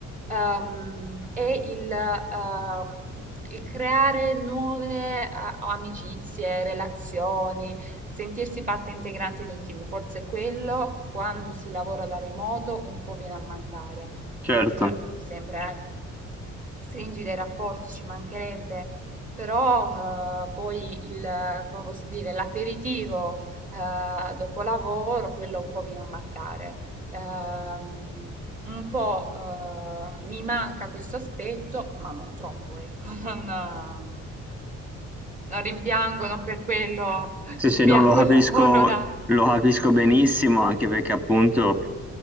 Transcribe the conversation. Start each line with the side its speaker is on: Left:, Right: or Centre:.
Right: ehm, è il, ehm, il creare nuove eh, amicizie, relazioni, Sentirsi parte integrante di un team, forse quello quando si lavora da remoto un po' viene a mancare.
Centre: certo.
Right: Certo, sempre hai stringi dei rapporti, ci mancherebbe, però eh, poi il, come posso dire, l'aperitivo eh, dopo lavoro, quello un po' viene a mancare. Ehm, un po' eh, mi manca questo aspetto, ma non troppo, ecco, <laughs> non, non rimpiango, non per quello <laughs>
Centre: Sì,
Right: rimpiango
Centre: sì, no, lo capisco,
Right: il lavoro da
Centre: lo capisco benissimo, anche perché appunto